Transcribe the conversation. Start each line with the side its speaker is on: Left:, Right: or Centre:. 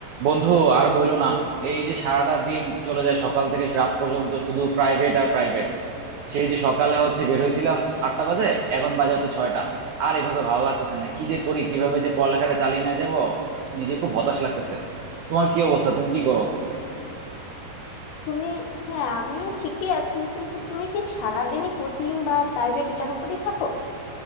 Right: বন্ধু আর বইলো না এই যে সারাটা দিন চলে যায় সকাল থেকে রাত পর্যন্ত শুধু প্রাইভেট আর প্রাইভেট সেই যে সকালে হচ্ছে বের হয়েছিলাম আটটা বাজে এখন বাজে হচ্ছে ছয়টা আর এভাবে ভালো লাগতেছে না কি যে করি কিভাবে যে পড়ালেখাটা চালিয়ে নিয়ে যাবো নিজে খুব হতাশ লাগতেছে তোমার কি অবস্থা তুমি কি করো
Left: তুমি হ্যাঁ আমি ঠিকই আছি কিন্তু তুমি কি সারাদিনই কোচিং বা প্রাইভেট এটার উপরই থাকো